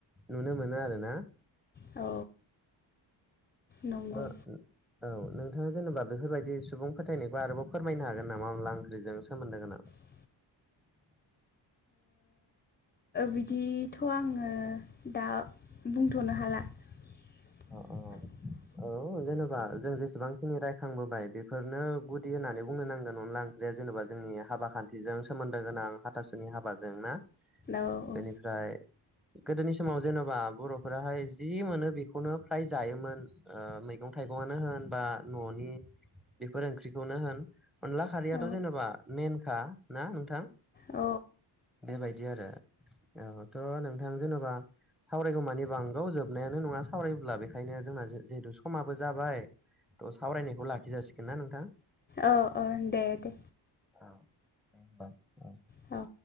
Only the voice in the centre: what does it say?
नुनो मोनो आरो ना।
औ नोंथाङा जेनेबा बेफोरबायदि सुबुं फोथायनायखौ आरोबाव फोरमायनो हागोन नामा अनला ओंख्रिजों सोमोन्दो गोनां
अ अ औ जेनेबा जों जेसेबांखिनि रायखांबोबाय बेफोरनो गुदि होननानै बुंनो नांगोन अनला आं बे जेनेबा जोंनि हाबा खान्थिजों सोमोन्दो गोनां हाथासुनि हाबाजों ना
बेनिफ्राय
गोदोनि समाव जेन'बा बर'फोराहाय जि मोनो बेखौ बेखौनो फ्राय जायोमोन मैगं थाइगंनो होन बा न'नि बेफोर ओंख्रिखौनो होन अनला खारैयाथ'
जेनेबा मेन खा ना नोंथां
बेबायदि आरो औथ' नोंथां जेनेबा सावरायगौमानि बांगौ जोबनायानो नङा सावरायोब्ला बेखायनो जोंना जिहेथु समाबो जाबाय थ' सावरायनायखौ लाखि जासिगोन ना नोंथां?
<inaudible>